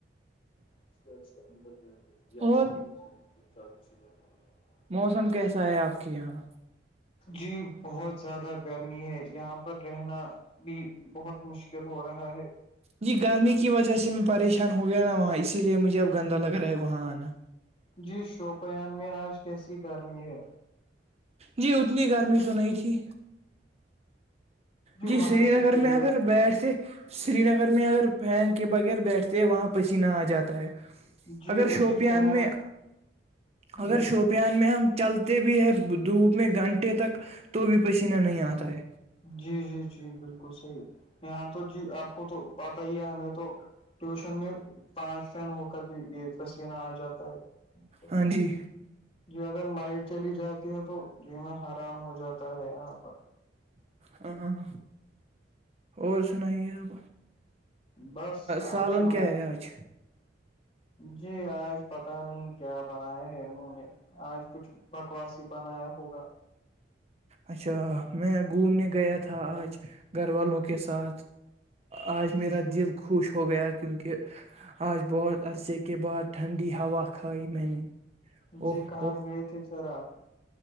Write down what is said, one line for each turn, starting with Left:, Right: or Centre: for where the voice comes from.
Left: <unintelligible>
Right: اور موسم کیسا ہے آپ کے یہاں
Left: جی بہت زیادہ گرمی ہے یہاں پر رہنا بھی بہت مشکل ہو رہا ہے
Right: جی گرمی کی وجہ سے میں پریشان ہو گیا نا وہاں اسی لیے مجھے اب گندا لگ رہا ہے وہاں آنا
Left: جی شوپیان میں آج کیسی گرمی ہے
Right: جی اتنی گرمی تو نہیں تھی جی
Left: وہاں
Right: سری
Left: سے
Right: نگر
Left: پیڑ
Right: میں اگر بیٹھے سری نگر میں اگر پین کے بغیر بیٹھتے ہیں وہاں پسینہ آ جاتا ہے
Left: جی
Right: اگر
Left: ابھی
Right: شوپیان
Left: فین
Right: میں اگر
Left: جی
Right: شوپ پیان میں ہم چلتے بھی ہے دھوپ میں گھنٹے تک تو بھی پسینہ نہیں آتا ہے
Left: جی جی جی بالکل صحیح یہاں تو جی آپ کو تو پتا ہی ہے ہمیں تو ٹیوشن میں پانچ فین ہو کر بھی یہ پسینہ آ جاتا ہے
Right: ہاں جی
Left: جی اگر لائٹ چلی جاتی ہے تو ج میںا آرام ہو جاتا ہے یہاں پر
Right: ہاں اور سنائیے آپ
Left: بس
Right: سالن
Left: آپ سمئے
Right: کیا ہے آج
Left: جی آج پتا نہیں کیا بنایا ہے انہوں نے آج کچھ بکواسی بنایا ہوگا
Right: اچھا میں گھومنے گیا تھا آج گھر والوں کے ساتھ آج میرا
Left: جس سے
Right: دل خوش ہو گیا کیونکہ آج بہت عرصے کے بعد ٹھنڈی ہوا کھائی میں نے اوہ
Left: جی کہاں
Right: اوہ
Left: گئے تھے سر آپ